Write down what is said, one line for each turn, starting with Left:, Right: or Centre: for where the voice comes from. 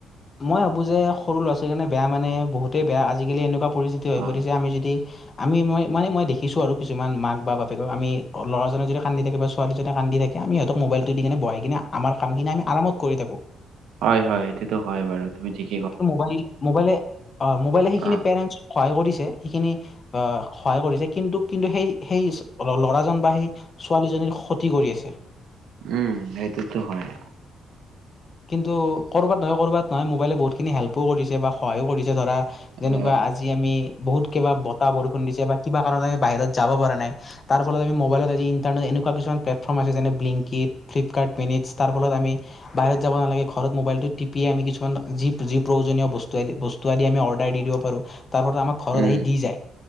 Left: মই ভাবো যে সৰু ল'ৰা ছোৱীৰ কাৰণে বেয়া মানে বহুতেই বেয়া আজিকালি এনেুৱা পৰিস্থিতি হৈ
Right: অ
Left: পৰিছে আমি যদি। আমি মই মানে মই দেখিছোঁ আৰু কিছুমান মাক বা বাপেকক আমি ল'ৰাজনে যদি কান্দি থাকে বা ছোৱালীজনে কান্দি থাকে। আমিহঁতক মবাইলটো দি কিনে বহাই কিনে আমাৰ কামিনি আমি আমত কৰি থাকো।
Right: হয় হয় এইটোটোো হয় বাৰু তুমি ঠিক।
Left: মোবাইল মোবাইলে অ' মোবাইলে সেইখিনি
Right: অ
Left: পেৰেন্টছক সহায় কৰিছে সেইখিনি সহায় কৰিছে কিন্তু কিন্তু সেই সেই ল'ৰাজন বা সেই ছোৱালীজনীৰ ক্ষতি কৰি আছে
Right: উম সটোতো হয়
Left: কিন্তু ক'ৰবাত নহয় ক'ৰবাত নহয় মোবাইলে বহুতখিনি হেল্পো কৰিছে বা সহায়ো কৰিছে ধৰা যেনেকুৱা
Right: অ
Left: আজি আমি বহুত কিবা বতাহ বৰষুণ দিছে বা কিবা কাৰণে বাহিৰত যাব পৰা নাই ত ফলত আমি মোবাইলত আজ ইণ্টাৰনেট এনেুৱাছু প্লেটফৰ্ম আছে যেনে ব্িংকিট ফ্লিপকাৰ্ট মিনিটছাৰ ফলত আমি বাহিৰত যাব নালাগে ঘৰত মোবাইল টো টিপি আমি কিছুমান যি যি প্ৰয়োজনীয় আদি বস্তু আদি আমি অৰ্ডাৰ। দিব পাৰো তাৰ আমাক ঘৰত
Right: উম
Left: আহি দি যায়